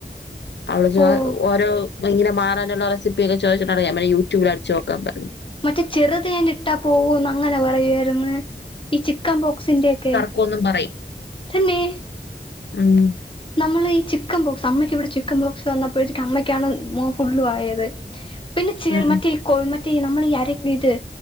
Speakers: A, on the left; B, on the left.
A: അവള് ജാ
B: ഓഹ്
A: ഓരോ ഇങ്ങനെ മാറാനുള്ള റെസിപ്പിയൊക്കെ ചോയ്ച്ച്ട്ട് ഞാൻ പറഞ്ഞ് യൂട്യൂബിലടിച്ചോക്കാൻ പറഞ്
B: മറ്റേ ചെറ്തേൻട്ടാ പോവൂന്ന് അങ്ങനെ പറയുവായിര്ന്ന് ഈ ചിക്കൻ ബോക്സിന്റോക്കെ
A: ക്കൊന്നും പറയും
B: തന്നെ
A: ഉം
B: നമ്മളീ ചിക്കൻ ബോക്സ് അമ്മയ്ക്കിവടെ ചിക്കൻ ബോക്സ് വന്നപ്പഴത്തേക്ക് അമ്മയ്ക്കാണ് മോം ഫുള്ളും ആയത് പിന്നെ <unintelligible> മറ്റേ
A: ഉം
B: കൊ മറ്റേ നമ്മൾ ഈ അര ഇത്